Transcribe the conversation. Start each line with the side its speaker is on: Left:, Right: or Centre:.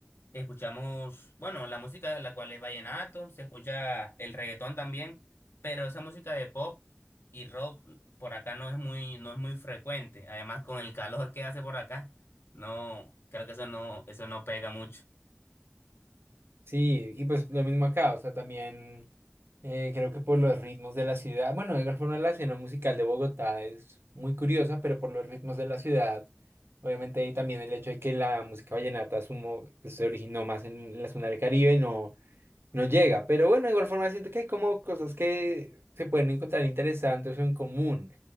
Left: escuchamos, bueno, la música de la cual es vallenato, se escucha el reggaetón también, pero esa música de pop y rock por acá no es muy, no es muy frecuente. Además, con el calor que hace por acá, no, creo que eso no, eso no pega mucho.
Right: Sí, y pues lo mismo acá, o sea, también eh, creo que por los ritmos de la ciudad, bueno, de igual forma la escena musical de Bogotá es muy curiosa, pero por los ritmos de la ciudad, obviamente y también el hecho de que la música vallenata asumo, pues, se originó más en la zona del Caribe, no no llega. Pero bueno, de igual forma siento que hay como cosas que se pueden encontrar interesantes o en común.